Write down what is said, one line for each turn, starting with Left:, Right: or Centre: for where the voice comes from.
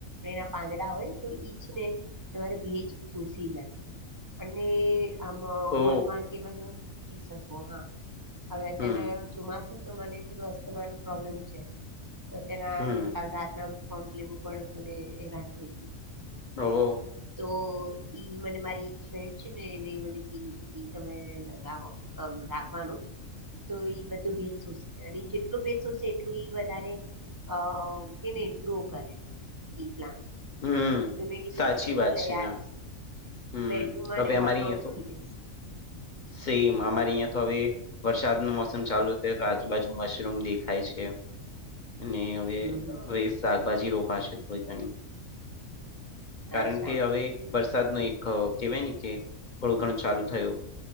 Right: એના પાંદડા હોય તો ઈજ ને. તમારે ભેજ શોસી નાખે અને આમ
Left: ઓ
Right: હોલ માર્કેટમાં તમે કદી શકો હા. હવે અત્યારના
Left: હમ
Right: ચોમાસું તો મને થોડું અસ્થમા નું પ્રોબ્લેમ છે. તો તેના
Left: હમ
Right: જુને કાલ રાતના પમ્પ લેવું પડ્યું હતું ને હેરાન થઈ.
Left: હઓ.
Right: તો ઈ મને મારી એક ફ્રેન્ડ છે ને એને મને કીધું છે તમે લગાવો. હમ રાખવાનું. તો એ બધું ભેજ સોશે અને જેટલું સોશે એટલું વધારે અ એને ગ્રો કરે ઈ પ્લાન્ટ
Left: હમ્મ
Right: તો મેં કીધું
Left: સાચી
Right: તું કે
Left: વાત
Right: ઈ લઈ
Left: છે
Right: આવીશ
Left: ના. હમ્મ
Right: બેડરૂમમાં
Left: હવે
Right: અને હોલમાં
Left: અમારી અહીંયા
Right: મૂકી
Left: તો
Right: દઈશ.
Left: સેમ અમારી અહિયાં. હવે વરસાદ નુ મોસમ ચાલુ થયુ તો આજુબાજુ મશરૂમ દેખાય છે. અને હવે
Right: હમ હમ.
Left: હવે શાકભાજી રોપાશે થોડી ઘણી. કારણ
Right: અચ્છા
Left: કે હવે વરસાદ નુ એક કેવાય કે થોડું ઘણું ચાલુ થયું